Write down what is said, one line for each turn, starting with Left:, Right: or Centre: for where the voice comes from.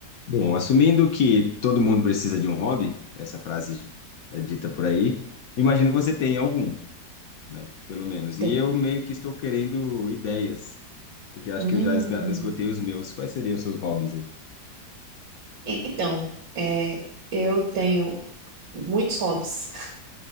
Left: Bom, assumindo que todo mundo precisa de um hobby, essa frase é dita por aí, imagino que você tenha algum, né? Pelo menos.
Right: Tem.
Left: E eu meio que estou querendo ideias, porque eu acho
Right: Hum.
Left: que eu já esga- esgotei os meus. Quais seriam os seus hobbies aí?
Right: Então, é, eu tenho muitos hobbies. <laughs>